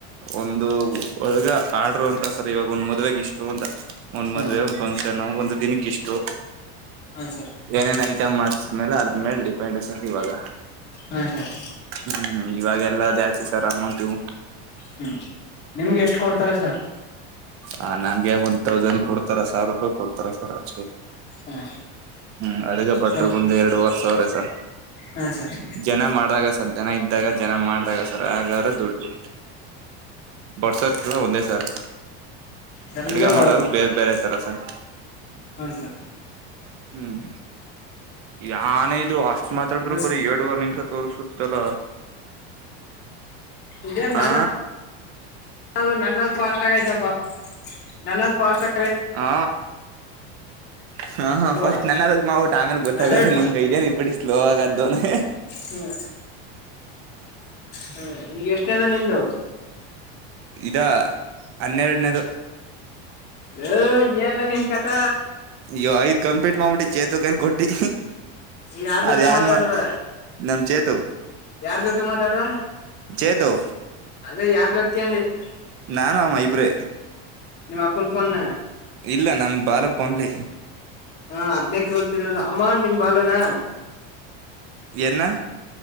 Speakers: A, on the right; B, on the left.
A: ಒಂದು ಒಳಗ ಆರ್ಡರು ಅಂತ ಸರ್ ಇವಾಗ ಒಂದ ಮದ್ವೆಗ ಇಷ್ಟು ಅಂತ ಒಂದ್
B: ಹಾ
A: ಮದ್ವೆ ಒಂದ್ ಫಂಕ್ಷನ್ ಒಂದ್ ದಿನಕ್ಕೆ ಇಷ್ಟು
B: ಹಾ ಸರ್
A: ಏನೇನ್ ಐಟಮ್ ಮಾಡಸ್ಮೇಲೆ ಅದ್ರ ಮೇಲೆ ಡಿಪೆಂಡ್ ಸರ್ ಇವಾಗ
B: ಹಾ ಸರ್
A: ಹ್ಮ್ ಇವಾಗ ಎಲ್ಲ ಜಾಸ್ತಿ ಸರ್ ಅಮೌಂಟ್ ಇ
B: ಹ್ಮ್ ನಿಮ್ಗೆ ಎಷ್ಟು ಕೊಡ್ತಾರೆ ಸರ್
A: ಹ ನಂಗೆ ಒಂದ್ ತೌಸಂಡ್ ಕೊಡ್ತಾರ ಸಾವಿರ ರೂಪಾಯಿ ಕೊಡ್ತಾರ ಸರ್ ಅಷ್ಟಕ್ಕೆ
B: ಹಾ
A: ಹ್ಮ್ ಅಡುಗೆ ಭಟ್ಟರು
B: ಸರ್
A: ಒಂದ ಎರಡು ವರ್ ಸಾವಿರಷ್ಟ ಸ
B: ಹಾ ಸರ್
A: ಜನ ಮಾಡ್ದಾಗ ಸರ್ ಜನ ಇದ್ದಾಗ ಜನ ಮಾಡ್ದಾಗ ಸರ್ ಹಾಗಗಾದ್ರೆ ದುಡ್ಡು ಬಡ್ಸೋರ್ಕಲ್ಲ ಒಂದೇ ಸರ್
B: ಸರ್
A: ಅಡ್ಗೆ
B: ಇದು
A: ಮಾಡೋರು ಬೇರೆ ಬೇರೆ ತರ ಸ
B: ಹಾ ಸರ್
A: ಹ್ಮ್ ಯ ಅನು ಅ ಮಾತಾಡ್ರರು
B: ಸರ್
A: ಬರಿ ಎರಡ್ ವಾರ ನಿಮಿಷ ತೋರು ಸುತ್ತದ
B: ಇದೇನ್
A: ಹಾ
B: ನನ್ನ ಅದು ನನ್ನಷ್ಟು ಫಾಸ್ಟ್ ಆಗಯ್ತಪ್ಪ ನನ್ನದು ಫಾಸ್ಟ್ ಆಗ
A: ಹಾ ಹಾ ಹ
B: ಅಲ್ವಾ
A: ಫಸ್ಟ್ ನನ ಅದಗ್ ಮಾವುಟ್ ಆಮೇಲೆ ಗೊತ್ತಾಗಲ್ಲ
B: ನಂದೆರಡು
A: ಹಂಗೈ ಇದ್ಯ ಇ ಬಿಡ ಸ್ಲೋ ಅತ್ತವ್ನೆ
B: ಹ್ಮ್ ಹ್ಮ್ ಈಗ ಎಷ್ಟನೇದ ನಿಂದು
A: ಇದ ಹನ್ನೆರಡನೇದು
B: ಹ ಏನ್ಲ್ಲ ನಿನ್ ಕತ
A: ಅಯ್ಯೋ ಆಯ್ತ ಕಂಪ್ಲಲಿಟ್ ಮಾಡುಬಿಟ್ಟಿ ಚೇತಕ ಕೊಟ್ಟಿ
B: ಯಾರ್ ಜೊತೆ
A: ಅದ ಯಾನ್ವ
B: ಮಾತಾಡದ
A: ನಮ್ ಚೇತು
B: ಯಾರ್ ಜೊತೆ ಮಾತಾಡುವ
A: ಚೇತು
B: ಅದೇ ಯಾರ್ ಜೊತೆ ಅತ್ಯೆ <unintelligible>
A: ನಾನಮ್ಮ ಇಬ್ರೆ
B: ನಿಮ್ಮ ಅಪ್ಪು ಫೋನ್ನ
A: ಇಲ್ಲ ನಮ ಬಾಲಪನ್ಲಿ
B: ಹಾ ಹದ್ನಕ್ಕೆ ಹೇಳ್ತಿರದು ಅಮ್ಮ ನಿಮ್ ಬಲುನಾ
A: ಎನ್ನ